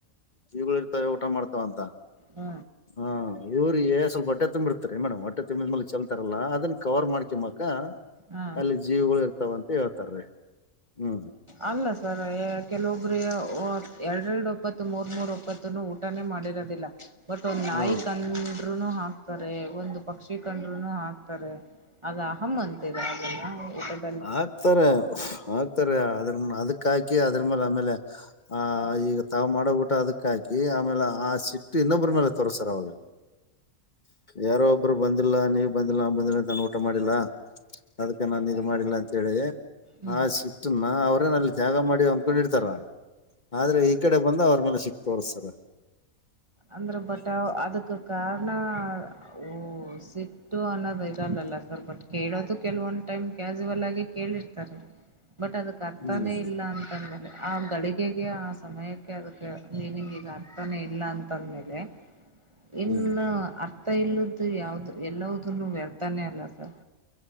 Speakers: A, on the left; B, on the right.
A: ಜೀಗಳು ಇರ್ತಾವ ಊಟ ಮಾಡ್ತಾವಂತ
B: ಹ್ಮ
A: ಹಾ ಇವ್ರಗೆ ಸ್ವಲ್ಪ ಹೊಟ್ಟೆ ತುಂಬಿರುತ್ತೆ ಮೇಡಮ್ ಹೊಟ್ಟೆ ತುಂಬಿದ್ಮೇಲೆ ಚಲತಾರಲ್ಲ ಅದನ್ನ ಕವರ್ ಮಾಡ್ಕೊಮ್ಮಕ್
B: ಹಾ
A: ಅಲ್ಲಿ ಜೀವಿಗಳು ಇರ್ತಾವಂತ ಹೇಳ್ತಾರೀ ಹ್ಮ್
B: ಅಲ್ಲ ಸರ್ ಕೆಲವೊಬ್ಬರು ಎರಡೆ ಎರಡು ಒಪ್ಪತ್ತು ಮೂರ್ ಮೂರು ಒಪ್ಪತ್ತು ಮಾಡಿರೋದಿಲ್ಲ ಬಟ್ ನಾಯಿಕ್
A: ಹ್ಮ
B: ಕರು ಹಾಕ್ತಾರೆ ಒಂದು ಪಕ್ಷಿ ಕಂಡರುನು ಹಾಕ್ತಾರೆ ಅದ ಅಹಮ್ಮ್ ಅಂತಿದೆ ಅದನ್ನ <unintelligible>
A: ಹಾಕ್ತಾರೆ ಹಾಕ್ತಾರೆ ಅದ್ರ ಅದಕ್ ಹಾಕಿ ಅದ್ರ ಮೇಲೆ ಆಮೇಲೆ ಆ ಈಗ ತಾವ್ ಮಾಡೋ ಊಟ ಅದಕ್ ಹಾಕಿ ಆಮೇಲೆ ಆ ಸಿಟ್ಟು ಇನ್ನೊಬ್ಬರ ಮೇಲೆ ತೋರಿಸ್ತಾರ್ ಅವಾಗ ಯಾರೋ ಒಬ್ರು ಬಂದಿಲ್ಲ ನೀವ ಬಂದಿಲ್ಲ ನ ಬಂದಿಲ್ಲಂತಾನು ಊಟ ಮಾಡಿಲ್ಲ. ಅದಕ್ಕೆ ನಾನು ಈಗ ಮಾಡ ಇಲ್ಲ ಅಂತೇಳಿ
B: ಹ್ಮ್
A: ಆ ಸಿಟ್ಟನ್ನ ಅವ್ರೇನ ಅಲ್ಲಿ ತ್ಯಾಗ ಮಾಡಿ ಅಂದ್ಕೊಂಡಿರ್ತಾರ ಆದ್ರೆ ಈ ಕಡೆ ಬಂದು ಅವ್ರ ಮೇಲೆ ಸಿಟ್ ತೋರಿಸ್ತಾರ
B: ಅಂದ್ರ ಬಟ್ ಅದಕ್ ಕಾರಣ ಓಹ ಸಿಟ್ಟು ಅನ್ನೋದ ಇರಲ್ಲಲ್ಲ ಸರ್ ಬಟ್ ಕೇಳೋದು ಕೆಲವೊಂದ್ ಟೈಮ್ ಕ್ಯಾಸುವಲ್ ಆಗಿ. ಕೇಳಿರ್ತಾರೆ ಬಟ್ ಅದಕ್ ಅರ್ಥಾನೇ
A: ಹ್ಮ್
B: ಇಲ್ಲ ಅಂತಂದ್ಮೇಲೆ ಆ ಗಳಿಗೆ- ಗೆ ಆ ಸಮಯಕ್ಕೆ ಅದಕ್ಕೆ ಮೀನಿಂಗ್ ಈಗ ಅರ್ಥನೇ ಇಲ್ಲ ಅಂತಂದ್ಮೇಲೆ. ಇನ್ನು
A: ಹ್ಮ್
B: ಅರ್ಥ ಇಲ್ಲದು ಯಾವ್ದ ಎಲ್ಲದನು ವ್ಯರ್ತನೆ ಅಲ್ಲ ಸರ್.